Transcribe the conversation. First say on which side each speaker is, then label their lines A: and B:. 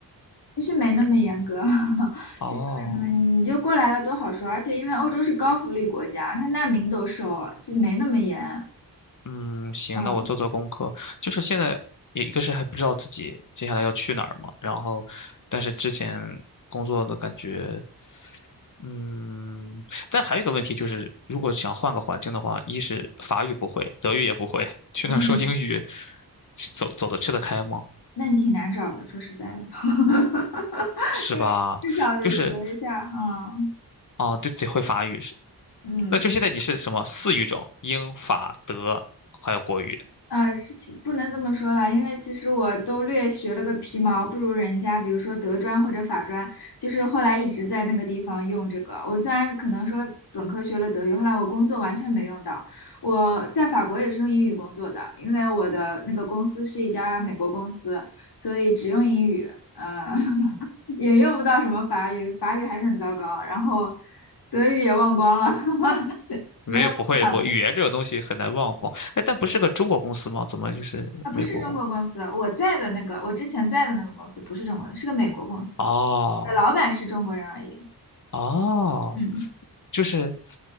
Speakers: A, on the left; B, on the left.
A: 其实没那么严格，<laughs>
B: <laughs> 哦，
A: 其实没那么，你就过来了多好说。而且因为欧洲是高福利国家，他难民都收，其实没那么严。
B: 嗯，行，
A: 嗯
B: 那我做做功课。就是现在也一个是还不知道自己接下来要去哪儿嘛，然后，但是之前工作的感觉，嗯，但还有一个问题就是，如果想换个环境的话，一是法语不会，德语也不会，去那儿说英语，
A: 嗯，
B: 走走得吃得开吗？
A: 那你挺难找的，说实在的，<laughs>
B: 是吧？
A: 因为至少得学一下。
B: 就是
A: 嗯
B: 啊，对，得会法语是。
A: 嗯。
B: 那就现在你是什么四语种？英法德还有国语。
A: 啊，是其不能这么说了，因为其实我都略学了个皮毛，不如人家，比如说德专或者法专，就是后来一直在那个地方用这个。我虽然可能说本科学了德语，后来我工作完全没用到。我在法国也是用英语工作的，因为我的那个公司是一家美国公司，所以只用英语，呃，<laughs> 也用不到什么法语，法语还是很糟糕，然后德语也忘光了，<laughs>
B: 没有，
A: 没有思想
B: 不会，不，语言这个东西很难忘光。哎，但不是个中国公司吗？怎么就是美国公？
A: 啊，不是中国公司，我在的那个，我之前在的那个公司不是中国的，是个美国公司，
B: 哦
A: 的老板是中国人而已。
B: 哦，
A: 嗯
B: 就是，